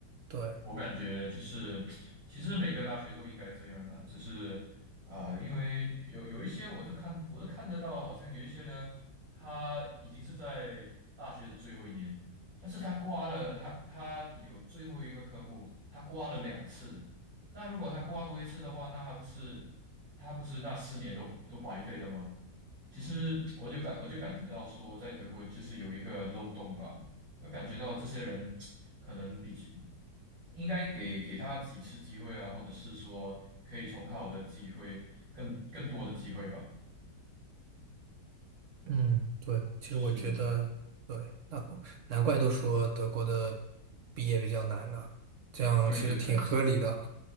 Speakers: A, on the right; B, on the right.
A: 对，
B: 我感觉就是，其实每个大学都应该这样的，只是啊、因为有有一些我就看，我都看得到，好像有一些呢，他已经是在大学的最后一年，但是他挂了，他他有最后一个科目，他挂了两次，那如果他挂多一次的话，那还不是他不是那四年都都白费了吗？其实我就感我就感觉到说，在德国就是有一个漏洞吧。我感觉到这些人可能比较应该给给他几次机会啊，或者是说可以重考的机会，更更多的机会吧。
A: 嗯，对，其实我觉得，
B: 是，
A: 对，那国难怪都说德国的毕业比较难呢，这样其实挺合理的。
B: 对对对，